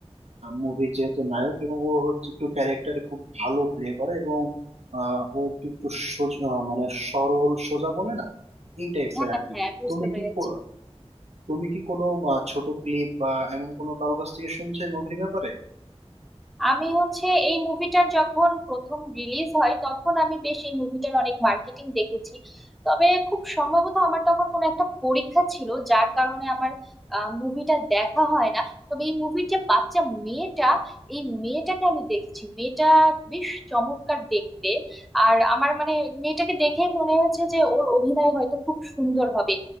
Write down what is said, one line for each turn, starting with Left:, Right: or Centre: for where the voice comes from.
Right: মুভির যেহেতু নায়ক এবং ও হচ্ছে একটু ক্যারেক্টারে খুব ভালো প্লে করে এবং আহ, ও একটু একটু সোজা আহ, মানে সরল সোজা বলে না এই টাইপস
Centre: হ্যাঁ
Right: এর আর কি
Centre: হ্যাঁ বুঝতে
Right: তুমি
Centre: পেরেছি
Right: কি কো- তুমি কি কোনো আহ, ছোট ক্লিপ বা এমন কোনো কারো কাছ থেকে শুনছো মুভির ব্যাপারে
Centre: আমি হচ্ছে এই মুভিটার যখন প্রথম রিলিজ হয় তখন আমি বেশ এই মুভিটার অনেক মার্কেটিং দেখেছি তবে খুব সম্ভবত আমার তখন কোনো একটা পরীক্ষা ছিল যার কারণে আমার মুভিটা দেখা হয় না তবে এই মুভির যে বাচ্চা মেয়েটা এই মেয়েটাকে আমি দেখেছি মেয়েটা বেশ চমৎকার দেখতে আর আমার মানে মেয়েটাকে দেখে মনে হয়েছে যে ওর অভিনয় হয়তো খুব সুন্দর হবে